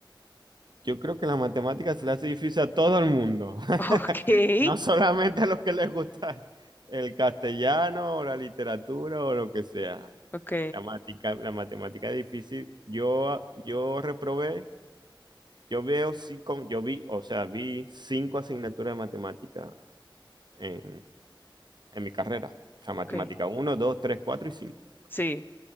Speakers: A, on the right; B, on the left.
A: Yo creo que la matemática se le hace difícil a todo el mundo, <laughs>
B: <laughs> ok,
A: no solamente a los que les gusta el castellano o la literatura o lo que sea.
B: ok,
A: La matica- la matemática es difícil. Yo, ah, yo reprobé, yo veo sí, con- yo vi, o sea, vi cinco asignaturas de matemática en, en mi carrera. O sea,
B: ok.
A: matemática uno, 2, 3, 4 y 5.
B: Sí.